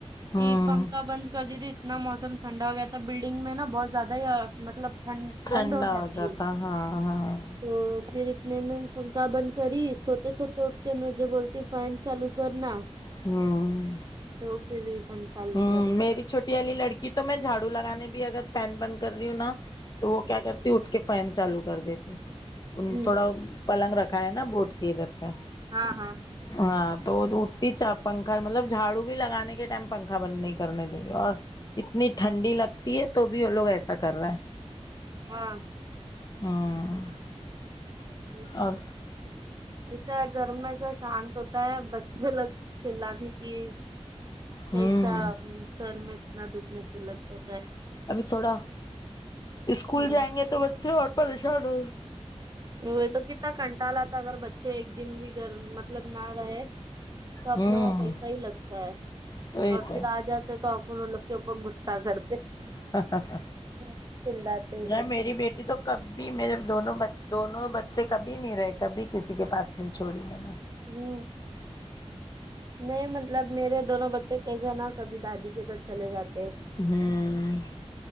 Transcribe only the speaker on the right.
کہ فن اور دیدی اتنا موسم ٹھنڈا ہوگیا تھا بلڈنگ میں نا بہت زیادہ یہ مطلب ٹھنڈ
ٹھنڈ ہو جاتی
ہے
تو پھر اتنے میں پنکھا بند کری سوتے سوتے اٹھتے میں مجھے بولتی فین چالو کرنا
تو پھر ریٹن چالو
کری
ہوں
ہاں ہاں
ہاں
ہ
ایسا گھر میں ایسا شانت ہوتا ہے بچے الگ چلانے کی کیسا
سر میں اتنا دکھنے پہ لگ جاتا ہے
ہے
وہ تو کتنا کنٹال آتا اگر بچے ایک دن بھی گھر مطلب نہ رہے تو اپنے
وہاں پیسہ ہی لگتا ہے
اور
پھر آ جات تو اپن وہ لوگ کے اوپر غصہ کرتے
چلاتے ہی
کرتے
ہوں نہیں مطلب میرے دونوں بچے کیسے نا کبھی دادی کےگھر چلے جاتے ہیں